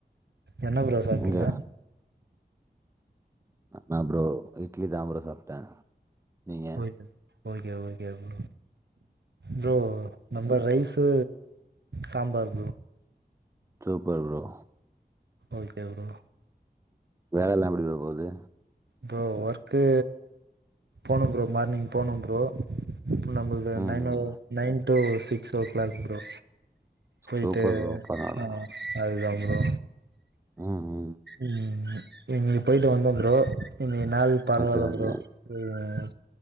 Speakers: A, on the right; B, on the right.
A: என்ன ப்ரோ சாப்டீங்க
B: இங்க ஆமாம் ப்ரோ இட்லி தான் ப்ரோ சாப்டேன் நீங்க
A: okay okay okay bro bro நம்ப rice sambar bro
B: super bro
A: okay bro
B: வேலை எல்லாம் எப்படி ப்ரோ போகுது
A: ப்ரோ ஒர்க்கு போகணும் ப்ரோ மார்னிங் போகணும் ப்ரோ நம்மளு
B: ம்
A: nine hour
B: ம்
A: nine today six o'clock bro போயிட்டு
B: சூப்பர் ப்ரோ பரவால்ல
A: ஆஹ் அதுதம் ப்ரோ
B: ம் ம்
A: உம் இங்க கயிடு வந்தோம் ப்ரோ இல்யே நாள் பரவாயில்ல
B: ஓகே ஓகே
A: ப்ரோ வேல்